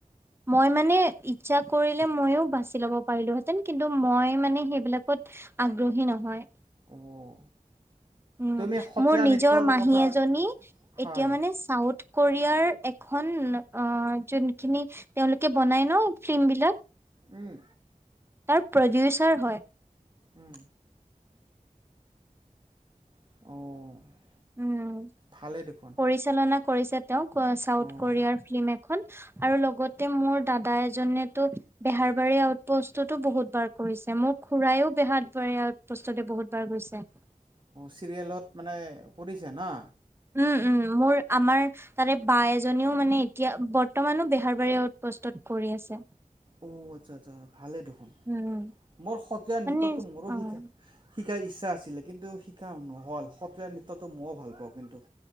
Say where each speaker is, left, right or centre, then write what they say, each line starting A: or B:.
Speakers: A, on the right (about 15°); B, on the right (about 35°).
A: মই মানে ইচ্ছা কৰিলে মইয়ো বাচি ল'ব পাৰিলোহেঁতেন কিন্তু মই মানে সেইবিলাকত- আগ্ৰহী নহয়।
B: অঁ।
A: উম
B: তুমি সত্ৰীয়া
A: মোৰ নিজৰ
B: নৃত্যৰ
A: মাহী
B: কথা
A: এজনী
B: হয়
A: এতিয়া মানে চাউথ কোৰিয়াৰ এখন যোনখিনি তেওঁলোকে বনাই ন ফিল্ম বিলাক।
B: উম।
A: তাৰ প্ৰডিউচাৰ হয়।
B: উম। অঁ।
A: উম,
B: ভালেই দেখোন
A: পৰিচালনা কৰিছে তেওঁ চাউথ
B: অঁ
A: কোৰিয়াৰ ফিল্ম এখন। আৰু লগতে মোৰ দাদা এজনেতো বেহাৰবাৰী আউট পষ্টতো বহুত বাৰ কৰিছে মোক খুৰাইও বেহাৰ বাৰী আউটপষ্টতে বহুত বাৰ গৈছে।
B: চিৰিয়েলত মানে কৰিছে ন।
A: উম উম, মোৰ আমাৰ তাৰে বা এজনীও মানে এতিয়া বৰ্তমানো বেহাৰবাৰী আউটপোষ্টত কৰি আছে।
B: অ'আচ্ছা, আচ্ছা, ভালেই দেখোন?
A: উম,
B: মোৰ সত্ৰীয়া
A: মানে
B: নৃত্যটো মোৰো
A: অ'।
B: শিকা শিকাৰ ইচ্ছা আছিলে, কিন্তু, শিকা নহ'ল সত্ৰীয়া নৃত্যটো ময়ো ভাল পাওঁ কিন্তু,